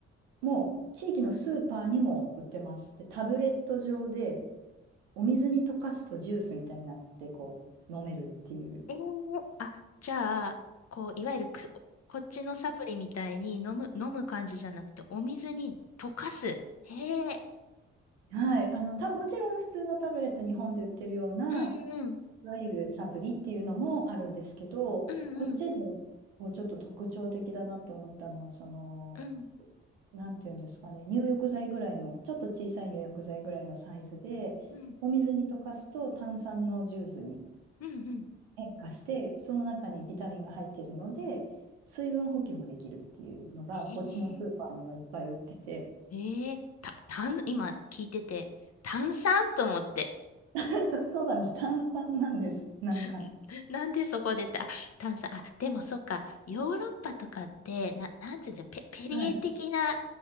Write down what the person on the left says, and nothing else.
えー、あ、じゃあ、こう、いわゆるくすこっちのサプリみたいに飲む、飲む感じじゃなくて、お水に溶かす。へえ。
うんうん。
うんうん。
うん
うん。うんうん。
ええ
ええた、炭、今聞いてて、炭酸と思って。
<laughs> なんでそこでた、炭酸、あ、でもそっか、ヨーロッパとかって、な、なんていうんだペ、ペリエ的な、